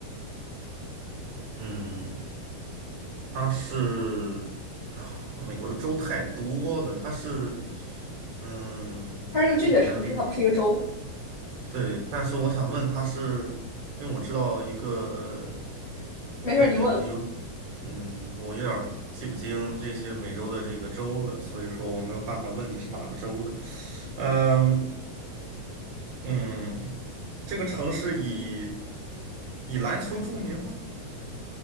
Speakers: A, on the right; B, on the left.
A: 嗯，它是啊美国的州太多了，它是，嗯，
B: 它是个具体的城市，
A: 我还
B: 它不是一个州。
A: 对，但是我想问他是，因为我知道一个
B: 没事儿，
A: 很有，
B: 你问。
A: 嗯，我有点儿不记不清这些美洲的这个州了，所以说我没有办法问你是哪个州的。嗯嗯，这个城市以以篮球著名吗？